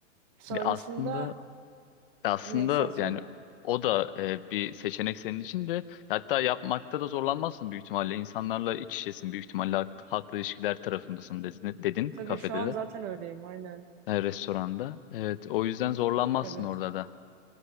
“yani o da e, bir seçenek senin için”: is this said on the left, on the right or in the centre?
Left